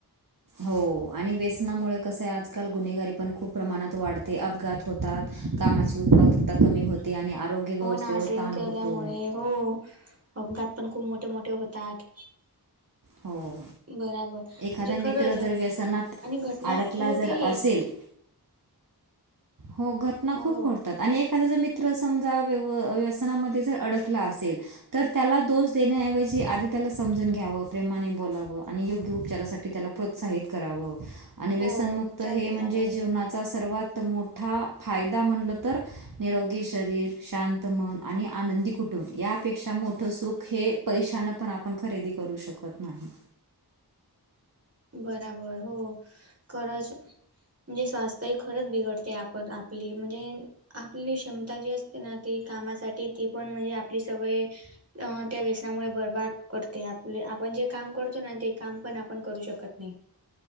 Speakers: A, on the right; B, on the right.
A: हो. आणि व्यसनामुळे कसंय. आजकाल गुन्हेगारी पण खूप प्रमाणात वाढते. अपघात होतात. कामाची उत्पादकता कमी होते. आणि आरोग्य व्यवस्थेवर
B: हो, ना. ड्रिंक
A: ताण
B: केल्यामुळे
A: होतो
B: हो. अपघात पण खूप मोठे- मोठे होतात.
A: हो
B: बराबर. म्हणजे
A: एखादा मित्र
B: खरंज,
A: जर व्यसनात
B: आणि घटना
A: अडकला
B: होती
A: जर असेल हो घटना
B: हो
A: खूप फोडतात. आणि एक त्याचा मित्र समजा, व्यव - व्यसनामध्ये जर, अडकला असेल तर त्याला दोष देण्याऐवजी, आधी त्याला समजून घ्यावं. प्रेमाने बोलावं. आणि योग्य उपचारासाठी त्याला प्रोत्साहित करावं. आणि
B: हो
A: व्यसनमुक्त
B: उपचार
A: हे
B: केला
A: म्हणजे,
B: पाहिजे
A: जीवनाचा सर्वात मोठ मोठा फायदा म्हणलं तर, निरोगी शरीर, शांत मन, आणि आनंदी कुटू टुंब. यापेक्षा मोठ सुख, हे पैशान पण आपण खरेदी करू शकत नाही.
B: बराबर, हो. खरच म्हणजे स्वास्थ्य खरंच बिघडतय. आपण - आपली म्हणजे आपली क्षमता जी असते ना. ती कामासाठी ती पण म्हणजे, आपली सवय अ त्या व्यसनामुळे, बर्बाद करते. आपले, आपण जे काम करतो ना. ते काम पण आपण करू शक कत नाही.